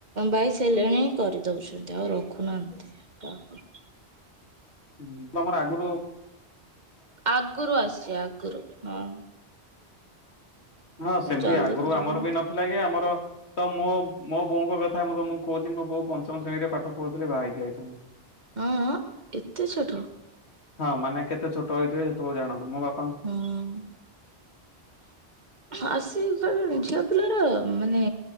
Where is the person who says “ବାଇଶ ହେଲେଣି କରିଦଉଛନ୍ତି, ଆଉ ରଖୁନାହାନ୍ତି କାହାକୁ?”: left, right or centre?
Right